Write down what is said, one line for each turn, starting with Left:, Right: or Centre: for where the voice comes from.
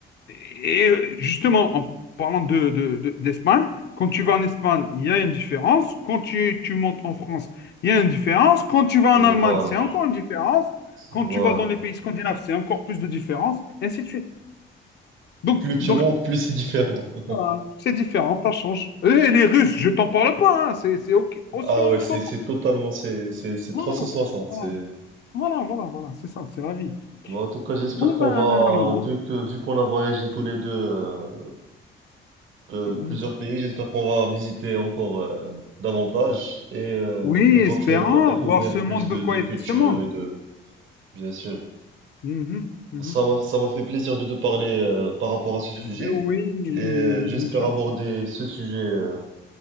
Left: Et euh, justement, en parlant de, de- de- d'Espagne, quand tu vas en Espagne, il y a une différence. Quand tu, tu montes en France, il y a une différence. Quand tu vas
Right: Et
Left: en
Right: voilà.
Left: Allemagne, c'est encore une différence. Quand
Right: Voilà.
Left: tu vas dans les pays scandinaves, c'est encore plus de différence, ainsi de suite. Donc,
Right: Plus tu
Left: donc
Right: montes, plus c'est différent. <laughs>
Left: voilà, c'est différent, ça change. Et les Russes, je t'en parle pas, hein, c'est, c'est ok- aussi
Right: Ah
Left: en
Right: ouais,
Left: autre
Right: c'est
Left: monde.
Right: c'est totalement c'est c'est c'est
Left: Voilà,
Right: trois cent soixante.
Left: voilà,
Right: C'est
Left: voilà, voilà, voilà, c'est ça, c'est la vie.
Right: Bon, en tout cas, j'espère
Left: Bon,
Right: qu'on
Left: ben
Right: va
Left: voilà.
Right: vu que vu qu'on a voyagé tous les deux euh, de
Left: Mhm.
Right: plusieurs pays, j'espère qu'on va visiter encore euh, davantage et euh,
Left: Oui,
Right: éventuellement
Left: espérant
Right: découvrir
Left: voir ce monde
Right: plus de
Left: de quoi
Right: de cultures
Left: est fait ce monde.
Right: et de bien sûr.
Left: Mhm, mhm.
Right: Ça m'a ça m'a fait plaisir de te parler euh, par rapport à ce sujet
Left: Oui, oui, oui,
Right: et euh,
Left: oui, oui,
Right: j'espère
Left: bien sûr.
Right: aborder ce sujet euh,